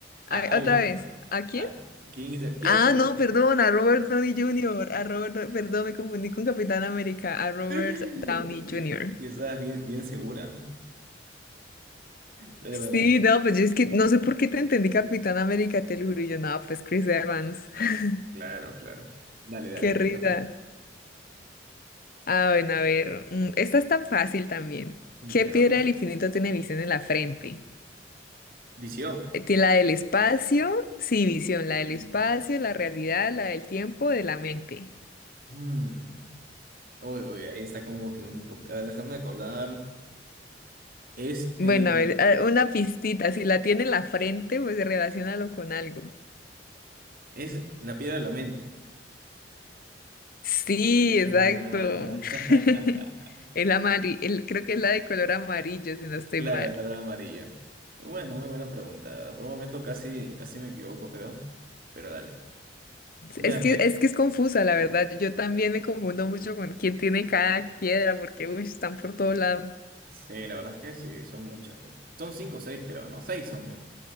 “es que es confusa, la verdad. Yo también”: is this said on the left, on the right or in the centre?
Left